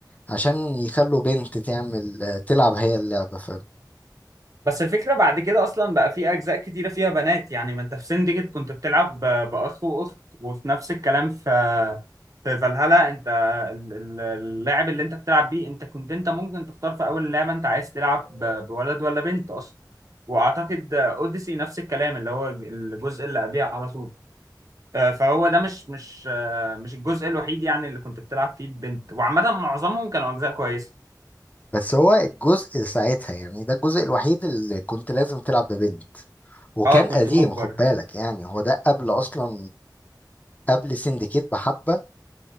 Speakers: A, on the left (about 20°); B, on the right (about 50°).
A: عشان يخلوا بنت تعمل تلعب هي اللعبة ف...
B: بس الفكرة بعد كده أصلا بقى في أجزاء كتيرة فيها بنات يعني ما أنت في سندجت كنت بتلعب ب- بأخ وأخت وفي نفس الكلام في في فالهالا أنت ال- ال- اللاعب اللي أنت بتلعب بيه أنت كنت أنت ممكن تختار في أول اللعبة أنت عايز تلعب ب- بولد ولا بنت أصلا وأعتقد أوديسي نفس الكلام اللي هو الجزء اللي قبليه على طول آه، فهو ده مش مش آه، مش الجزء الوحيد يعني اللي كنت بتلعب فيه بنت وعامة معظمهم كانوا أجزاء كويسة
A: بس هو الجزء ساعتها يعني ده الجزء الوحيد اللي كنت لازم تلعب ببنت وكان
B: أه كنت
A: قديم
B: مجبر
A: خد بالك يعني هو ده قبل اصلا قبل سندكيت بحبة